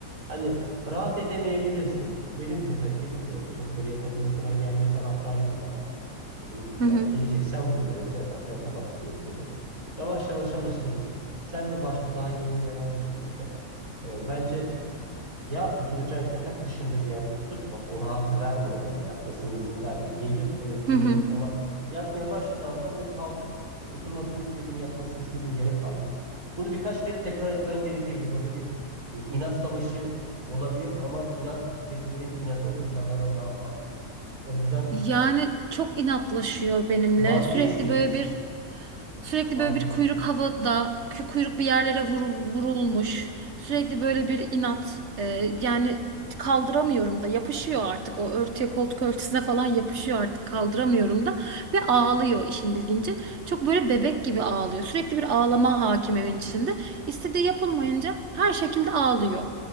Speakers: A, on the right; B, on the right.
A: Hani rahat edemeyebilirsiniz. Benim mesela kedim de öyle. Çok böyle yatak odasına gelme taraftarıydı başta. Dedim
B: Hı
A: yani
B: hı.
A: geleceksen burada yoksa yatakta yatamazsın yapıyordum. Yavaş yavaş alıştırdım. Sen de başta daha yeni yeni eve alışmışken e, bence ya oturacak yatak dışında bir yerde oturtma. O rahatı verme ona yani. Yatmasına izin verme. Gelir evet gelebilir
B: Hı hı.
A: ama yatmaya başladığı anda onu kaldır. Oturmasını istediğin, yatmasını istediğin yere kaldır. Bunu birkaç kere tekrar etmen gerekebilir. Orada bir e, inat savaşı olabilir ama inan kedilerin inadı insanlardan daha fazla. O yüzden
B: Yani çok inatlaşıyor benimle.
A: vazgeçmeyeceksin.
B: Sürekli böyle bir sürekli
A: Vazgeçmeyeceksin.
B: böyle bir kuyruk havada, kü- kuyruk bir yerlere vurul- vurulmuş. Sürekli böyle bir inat. Ee, yani kaldıramıyorum da yapışıyor artık o örtüye koltuk örtüsüne falan yapışıyor artık kaldıramıyorum da ve ağlıyor işin ilginci. Çok böyle bebek gibi ağlıyor. Sürekli bir ağlama hakim evin içinde. İstediği yapılmayınca her şekilde ağlıyor.